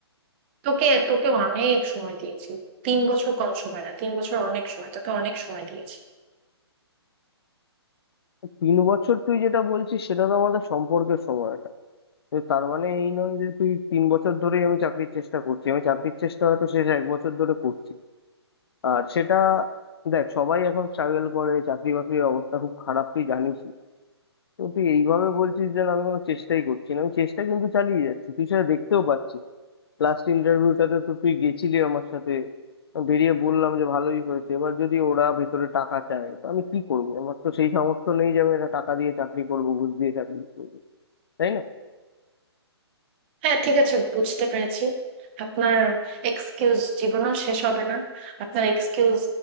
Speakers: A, on the right; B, on the left.
A: তোকে তোকে অনেক সময় দিয়েছি তিন বছর কম সময় না তিন বছর অনেক সময় তোকে অনেক সময় দিয়েছি
B: তিন বছর তুই যেটা বলছিস সেটা তো আমাদের সম্পর্কের সময়টা তো তার মানে এই নয় যে তুই তিন বছর ধরেই আমি চাকরির চেষ্টা করছি আমি চাকরির চেষ্টা হয়তো শেষ এক বছর ধরে করছি আর সেটা দেখ সবাই এখন স্ট্রাগল করে চাকরি বাকরির অবস্থা খুব খারাপ তুই জানিসই কিন্তু তুই এইভাবে বলছিস যে না, আমি কোনো চেষ্টাই করছি না আমি চেষ্টা কিন্তু চালিয়ে যাচ্ছি তুই সেটা দেখতেও পাচ্ছিস লাস্ট ইন্টারভিউটাতে তো তুই গেছিলি আমার সাথে আমি বেরিয়ে বললাম যে ভালোই হয়েছে এবার যদি ওরা ভেতরে টাকা চায় তো আমি কি করব আমার তো সেই সামর্থ্য নেই যে আমি একটা টাকা দিয়ে চাকরি করব ঘুষ দিয়ে চাকরি করবো তাই না
A: হ্যাঁ ঠিক আছে বুঝতে পেরেছি আপনার এক্সকিউজ জীবনও শেষ হবে না আপনার এক্সকিউজ